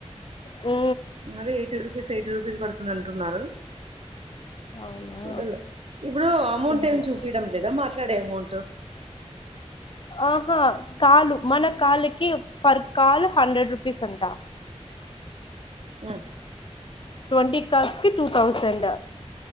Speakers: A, on the left; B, on the right.
A: ఉ
B: అదే ఎయిటీ రుపీస్ ఎయిటీ రూపీస్ పడుతుంది అంటున్నారు
A: అవునా
B: చూడాలే ఇప్పుడు అమౌంట్
A: లేదులే.
B: ఏమి చూపిడం లేదా మాట్లాడే అమౌంట్
A: ఆహా కాలు మన కాలు క ఫర్కాల్ హండ్రెడ్ రుపీస్ ఉంటా
B: ఆ
A: ట్వంటీ కాల్స్ కి టు థౌసండ్